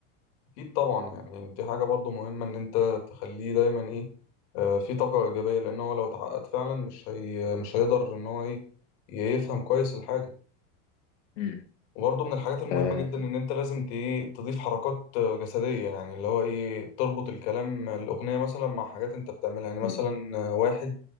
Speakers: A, on the left; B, on the left.
A: أكيد طبعا يعني دي حاجة برضو مهمة إن أنت تخليه دايما إيه آه، في طاقة إيجابية لأن هو لو اتعقد فعلا مش هي مش هيقدر إن هو إيه يفهم كويس الحاجة
B: امم
A: وبرضو من الحاجات المهمة
B: آه.
A: جدا إن أنت لازم ت- إيه تضيف حركات آه، جسدية يعني اللي هو إيه تربط الكلام الأغنية مثلا مع حاجات أنت بتعملها يعني مثلا
B: مم.
A: آه، واحد